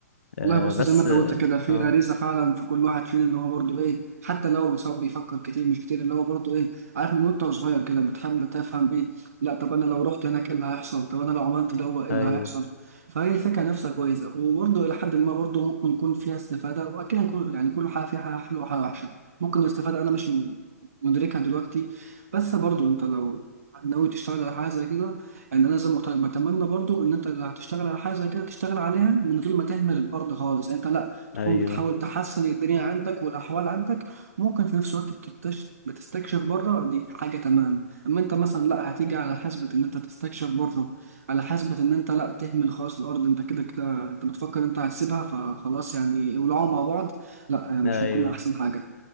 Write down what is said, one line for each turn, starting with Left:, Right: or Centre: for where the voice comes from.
Left: أه
Right: والله بص
Left: بس
Right: زي ما انت
Left: اه
Right: قلت كده في
Left: آه،
Right: غريزه فعلا في كل واحد فينا ان هو برضه ايه حتى لو سواء بيفكر كتير مش كتير اللي هو برضه ايه عارف من وانت صغير كده بتحب تفهم ايه لا طب انا لو رحت هناك ايه اللي هيحصل طب انا لو عملت دوا ايه
Left: ايوه
Right: اللي هيحصل فهي الفكره نفسها كويسه وبرضه الى حد ما برضه ممكن يكون فيها استفاده واكيد هيكون يعني كل حاجه فيها حاجه حلوه وحاجه وحشه ممكن الاستفاده انا مش مدركها دلوقتي بس برضه انت لو ناوي تشتغل على حاجه زي كده يعني انا لازم مت- بتمنى برضو ان انت لو هتشتغل على حاجه زي كده تشتغل عليها من غير ما تهمل الارض خالص يعني انت لا تكون
Left: ايوه
Right: بتحاول تحسن الدنيا عندك والاحوال عندك ممكن في نفس الوقت بتكتش- بتستكشف بره دي حاجه تمام اما انت مثلا لا هتيجي على حسبه ان انت تستكشف بره على حسبه ان انت لا تهمل خلاص الارض انت كده كده انت بتفكر انت هتسيبها فخلاص يعني ولعوا مع بعض لا مش
Left: ايوه
Right: هيكون احسن حاجه